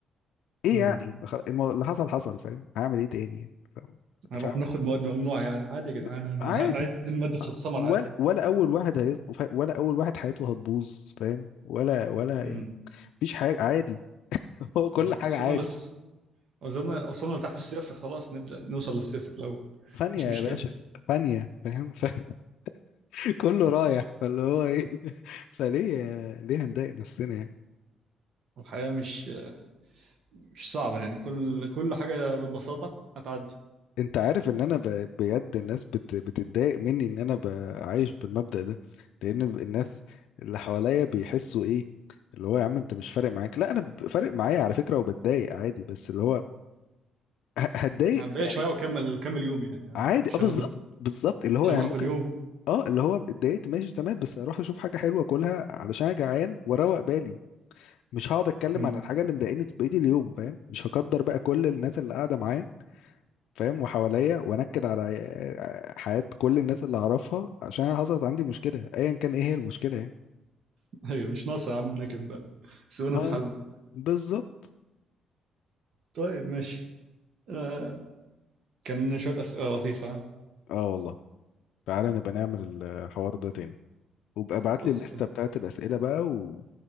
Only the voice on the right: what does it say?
امم
هنروح
ناخد مواد ممنوعه يعني عادي يا
جدعان هن-
هنعيد الماده في السمر
عادي يعني
امم
يعني
وصلنا
لس وصلنا وصلنا لتحت الصفر خلاص نبدا نوصل للصفر لو
مش
مشكله
والحياه مش مش صعبه يعني كل كل حاجه ببساطه هتعدي
هتضايق
شويه واكمل كمل يومي يعني عادي.
مش
هفضل
مش هنوقف
اليوم
امم
<laughs> ايوه مش ناقصه يا عم نكد بقى سيبونا
في حالنا
طيب ماشي آه كان شويه اسئله لطيفه ها؟
خلاص
يلا